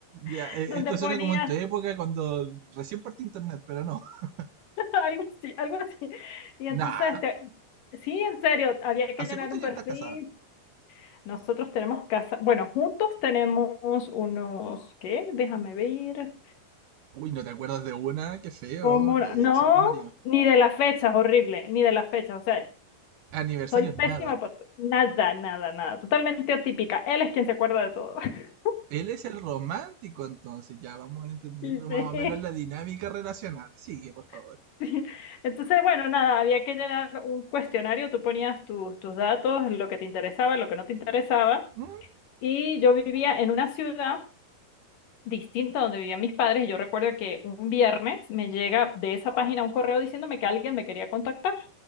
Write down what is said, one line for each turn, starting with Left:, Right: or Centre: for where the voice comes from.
Left: <laughs>
Right: ya, eh,
Left: donde
Right: esto
Left: ponía
Right: suena como en tu época cuando recién partí internet, pero no. <laughs>
Left: <laughs> algo así, algo así. Y
Right: Nah.
Left: entonces, este, sí, en serio, había que
Right: ¿Hace
Left: llenar
Right: cuántos
Left: un
Right: años
Left: perfil.
Right: estás casada?
Left: Nosotros tenemos casa, bueno, juntos tenemos unos, ¿qué? Déjame ver.
Right: Uy, ¿no te acuerdas de una? Qué feo,
Left: Como,
Right: le voy
Left: no,
Right: a decir a tu marido.
Left: ni de las fechas, horrible, ni de las fechas. O sea,
Right: Aniversarios,
Left: soy pésima
Right: nada.
Left: para nada, nada, nada. Totalmente atípica. Él es quien se acuerda de todo. <laughs>
Right: Él es el romántico, entonces ya vamos entendiendo
Left: Y sí,
Right: más o menos la dinámica relacional. Sigue, por favor.
Left: <laughs> sí. Entonces, bueno, nada, había que llenar un cuestionario. Tú ponías tus tus datos, lo que te interesaba, lo que no te interesaba.
Right: Mm,
Left: Y yo vivía en una ciudad distinta a donde vivían mis padres. Y yo recuerdo que un viernes me llega de esa página un correo diciéndome que alguien me quería contactar.